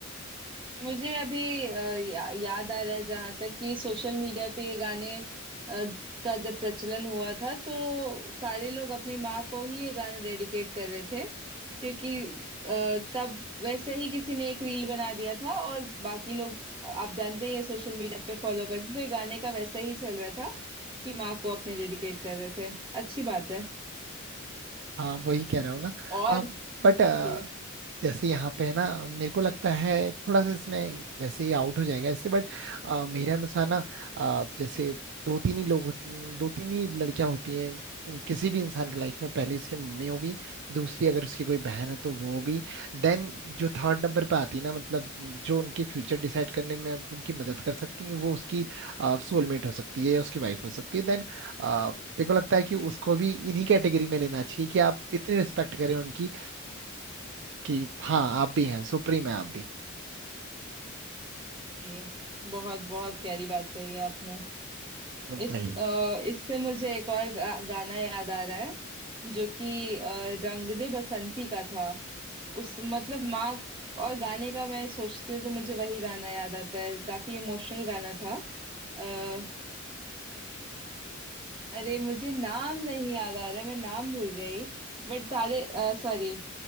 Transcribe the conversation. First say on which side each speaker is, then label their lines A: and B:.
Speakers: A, on the right; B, on the right.
A: मुझे अभी अ, या, याद आ रहा है जहां तक कि सोशल मीडिया पे ये गाने अ, का जब प्रचलन हुआ था तो सारे लोग अपनी माँ को ही ये गाना डेडिकेट कर रहे थे क्योंकि अ, तब वैसे ही किसी ने एक रील बना दिया था और बाकी लोग आप जानते हैं ये सोशल मीडिया पे फॉलो करते हैं, तो ये गाने का वैसे ही चल रहा था कि माँ को अपने डेडिकेट कर रहे थे अच्छी बात है
B: हाँ वही कह रहा हूँ ना
A: और
B: बट
A: जी
B: जैसे यहाँ पे है ना मेरे को लगता है थोड़ा सा इसमें वैसे ही आउट हो जाएगा इससे बट मेरे अनुसार ना अ, जैसे दो तीन ही लोग होत- दो तीन ही लड़कियां होती हैं किसी भी इंसान की लाइफ में पहली उसकी मम्मी होगी दूसरी अगर उसकी कोई बहन है तो वो होगी देन जो थर्ड नंबर पे आती है ना मतलब जो उनके फ्यूचर डिसाइड करने में उनकी मदद कर सकती है वो उसकी सोलमेट हो सकती है या उसकी वाइफ हो सकती है देन मेरे को लगता है कि उसको भी इन्हीं कैटेगरी में लेना चाहिए कि आप इतनी रिस्पेक्ट करें उनकी कि हाँ आप भी हैं सुप्रीम है आप भी
A: जी बहुत बहुत प्यारी बात कही है आपने इस
B: भाई
A: अ, इससे मुझे एक और गा, गाना याद आ रहा है जो कि अ, रंग दे बसंती का था उस मतलब माँ और गाने का मैं सोचती हूँ तो मुझे वही गाना याद आता है काफी इमोशनल गाना था आ, अरे मुझे नाम नहीं याद आ रहा है मैं नाम भूल गई बट तारे सॉरी